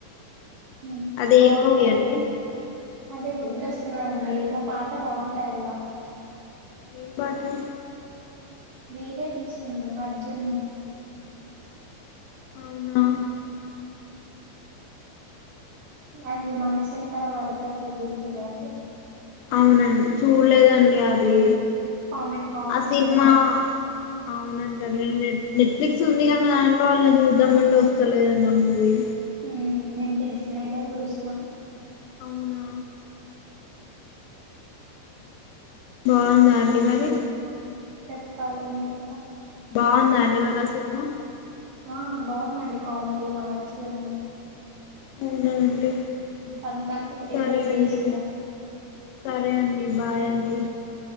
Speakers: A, on the right; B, on the left.
A: మ్మ్
B: అది
A: బాగుంటదే
B: ఏం మూవీ అండి
A: అంటే గుర్తొస్తలే అండి ఏమో పాట బాగుంటాయల్లా
B: ఏ పాట
A: వీడియో తీసిండు అర్జున్
B: అవునా
A: అది మన శంకర వర ప్రసాద్ చూసిర్రా అండి
B: అవునండి చూడలేదండి అది
A: కామెడీ కామెడీ
B: ఆ సినిమా
A: ఉందంట
B: అవునంట నె నెట్ఫ్లిక్స్ ఉంది కనీ దాంట్లో వాళ్ళ ను ద్దమ్మటె వస్తలే అన్న మూవీ
A: నేను తెలుసినలా రూష్మా
B: అవునా బాగుందా అండి మరి
A: చెప్పాలాండిఇక
B: బాగుందా అండి మరి ఆ సినిమా
A: ఆ బాగుందండి కామెడీగా మంచిగా ఉది
B: <unintelligible>
A: సంక్రాంతికి
B: సరే
A: రిలీజ్
B: అండి
A: చేసిర్రు
B: సరే అండి బాయ్ అండి